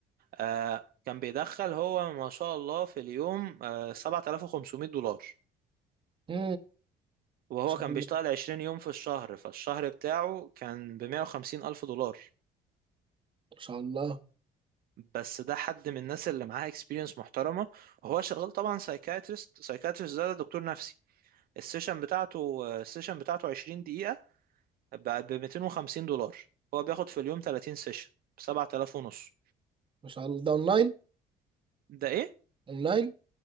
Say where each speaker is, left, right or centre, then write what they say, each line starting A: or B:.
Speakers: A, on the right; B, on the right.
A: آه، كان بيدخل هو ما شاء الله في اليوم آه، 7500 دولار
B: مم.
A: وهو
B: ان شاء
A: كان
B: الله
A: بيشتغل 20 يوم في الشهر فالشهر بتاعه كان ب 150 ألف دولار
B: ان شاء الله
A: بس ده حد من الناس اللي معاها اكسبيرينس محترمة هو شغال طبعا سايكاتريست سايكاتريست ده دكتور نفسي السيشن بتاعته السيشن بتاعته 20 دقيقة ب 250 دولار هو بياخد في اليوم 30 سيشن ب 7000 ونص
B: مش على ده اونلاين
A: ده ايه
B: اونلاين